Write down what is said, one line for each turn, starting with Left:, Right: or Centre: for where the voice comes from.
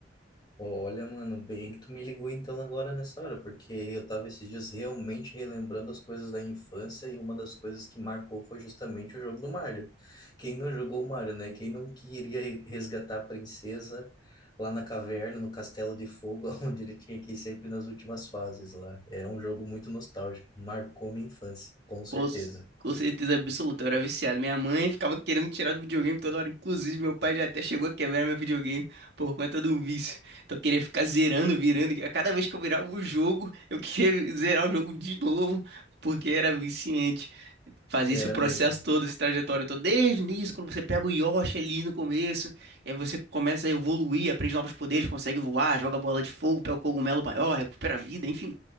Left: Olha, mano, bem que tu me ligou então agora nessa hora, porque eu tava esses dias realmente relembrando as coisas da infância e uma das coisas que marcou foi justamente o jogo do Mario. Quem não jogou o Mario, né? Quem não queria re- resgatar a princesa lá na caverna, no Castelo de Fogo, <laughs> onde ele tinha que ir sempre nas últimas fases lá. É um jogo muito nostálgico, marcou minha infância, com certeza.
Right: Com, c- com certeza absoluta, eu era viciado. Minha mãe ficava querendo me tirar do videogame toda hora. Inclusive, meu pai já até chegou a quebrar meu videogame por conta do vício. Então, eu queria ficar zerando, virando. e A cada vez que eu virava o jogo, eu queria <laughs> zerar o jogo de novo, porque era viciante. fazia
Left: Era
Right: esse processo
Left: mesmo.
Right: todo, essa trajetória toda, desde o início, quando você pega o Yoshi ali no começo, e aí você começa a evoluir, aprende novos poderes, consegue voar, joga bola de fogo, pega o cogumelo maior, recupera a vida, enfim.